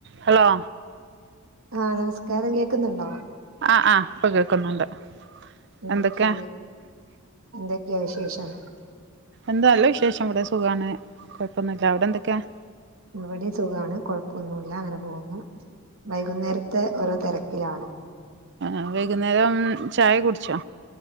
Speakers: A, on the right; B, on the right.
A: ഹലോ
B: ആ നമസ്കാരം കേൾക്കുന്നുണ്ടോ
A: ആഹ് ആഹ് ഇപ്പൊ കേൾക്കുന്നുണ്ട് എന്തൊക്കെ
B: ഓക്കേ എന്തൊക്കെയാ വിശേഷം
A: എന്താല്ല വിശേഷം ഇവിടെ സുഖമാണ് കുഴപ്പമൊന്നുമല്ല അവിടെ എന്തൊക്കെയാണ്
B: ഇവിടെ സുഖമാണ് കുഴപ്പൊന്നുമല്ല അങ്ങനെ പോകുന്നു വൈകുന്നേരത്തെ ഓരോ തിരക്കിലാണ്
A: ആ വൈകുന്നേരം ചായ കുടിച്ചോ